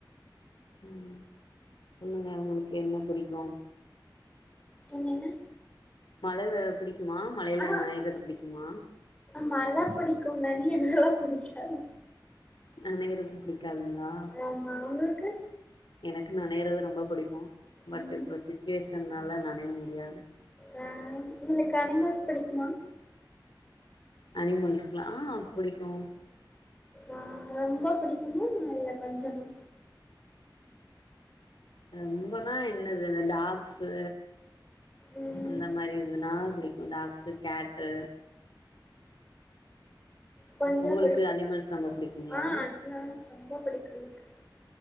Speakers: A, on the left; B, on the left.
A: ம் சொல்லுங்க உங்ளுக்கு என்ன பிடிக்கும்
B: என்னங்க
A: மழல பிடிக்குமா மழைல
B: ஆ
A: நினைறது பிடிக்குமா
B: மழ பிடிக்கும் நனையலா பிடிக்காது
A: அனைவருக்கு பிடிக்காதுங்ளா
B: ஆமா உங்ளுக்கு
A: எனக்கு நினைறது ரொம்ப புடிக்கும் பட்
B: ம்
A: இப்ப சிட்டிவேஷன்னால நினைய முடியாது
B: அ உங்ளுக்கு அனிமல்ஸ் புடிக்குமா
A: அனிமல்ஸ்கலாம் ஆ புடிக்கும்
B: ஆ ரொம்ப பிடிக்குமா இல்ல கொஞ்சமா
A: ரொம்பனா என்னது ரெண்டு ஆப்ஸூ
B: ம்
A: அந்த மாரி இதுனாதா புடிக்கு டாக்ஸூ கட்டு
B: கொஞ்சோ
A: உங்களுக்கு
B: புடிக்கு
A: அனிமல்ஸ் ரொம்ப புடிக்குங்ளா
B: ஆ அனிமல்ஸ் ரொம்ப புடிக்கு எனக்கு